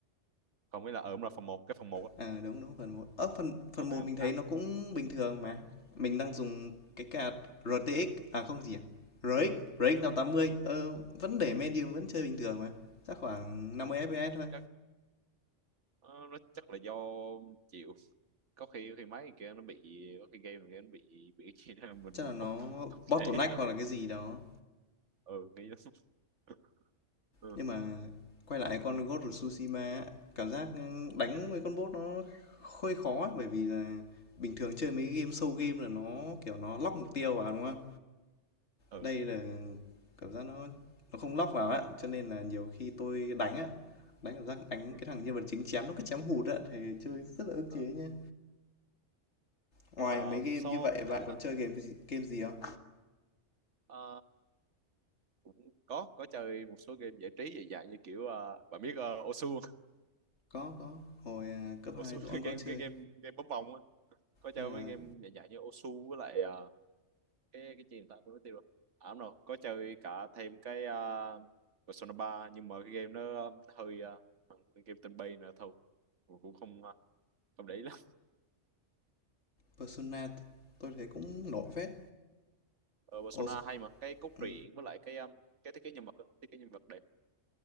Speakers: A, on the right; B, on the left.
A: còn mới là ở là phần một cái phần 1 á
B: Ờ, đúng, đúng, phần một. Ơ, phần phần
A: phần
B: 1
A: hai phần
B: mình thấy
A: tám
B: nó cũng bình thường mà. Mình đang dùng cái card RTX à không gì à? RX, RX 580. Ờ, vẫn để medium vẫn chơi bình thường mà. Chắc khoảng 50 FPS thôi.
A: chắc ờ, nó chắc là do chịu có khi khi máy kia nó bị có khi game kia nó bị bị cái gì đó mình
B: Chắc
A: cũng
B: là nó
A: không không
B: bottleneck
A: để ý lắm
B: hoặc là cái gì đó.
A: ừ nghĩ lắm <laughs> ừ
B: Nhưng mà quay lại con Ghost of Tsushima á, cảm giác ừ, đánh
A: ok
B: với con bot nó hơi khó á, bởi vì là bình thường chơi mấy game show game là nó kiểu nó lock mục tiêu vào đúng không?
A: ừ,
B: Đây là cảm giác nó nó không lock vào á, cho nên là nhiều khi tôi đánh á, đánh cảm giác đánh
A: ừ.
B: cái thằng nhân vật chính chém nó cứ chém hụt á, thì chơi rất là ức
A: Ờ.
B: chế nhá. Ngoài
A: Ờ,
B: mấy game
A: so
B: như vậy
A: với
B: bạn còn chơi game gì- game gì không?
A: ờ, cũng có có chơi một số game giải trí dị dạng như kiểu ờ, bạn biết ờ, Osu không? <laughs>
B: Có có, hồi à, cấp
A: Osu
B: 2 tôi cũng
A: cái
B: có
A: game
B: chơi.
A: cái game game bóng vòng á có chơi
B: Nên là
A: mấy game dạng dạng như Osu với lại ờ, cái cái gì người ta quên mất tiêu rồi à đúng rồi có chơi cả thêm cái ờ, Persona ba nhưng mà cái game nó hơi ờ, game tên bay nữa thôi Mình cũng không ờ, không để ý lắm
B: Persona tôi thấy cũng nổi phết.
A: Ờ, Persona
B: Ồ,
A: hay mà cái cốt
B: ừ.
A: truyện với lại cái ờ, cái thiết kế nhân vật á, thiết kế nhân vật đẹp